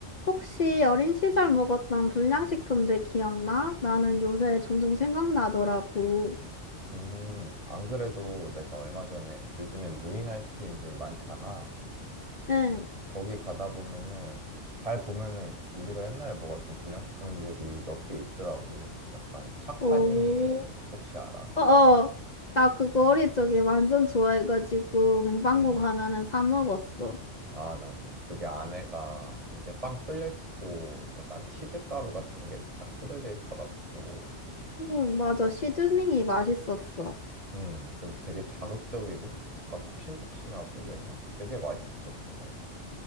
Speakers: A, on the left (about 45°); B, on the right (about 30°).
A: 혹시 어린 시절 먹었던 불량식품들 기억나? 나는 요새 종종 생각나더라고.
B: 음, 안 그래도 내가 얼마 전에 요즘엔 무인 아이스크림점이 많잖아.
A: 응.
B: 거기 가다 보면은 잘 보면은 우리가 옛날에 먹었던 불량식품들이 몇 개 있더라고. 약간 착하니
A: 오.
B: 혹시 알아?
A: 어어. 나 그거
B: 그치?
A: 어릴 적에 완전 좋아해가지고 문방구
B: 음.
A: 가면은 사 먹었어.
B: 아, 나도. 그게 안에가 이렇게 빵 뚫려 있고 약간 치즈가루 같은 게 딱 뿌려져 있어가지고
A: 응, 맞아. 시즈닝이 맛있었어.
B: 음, 좀 되게 자극적이고 약간 폭신폭신하고 그래서 되게 맛있었었어, 나도.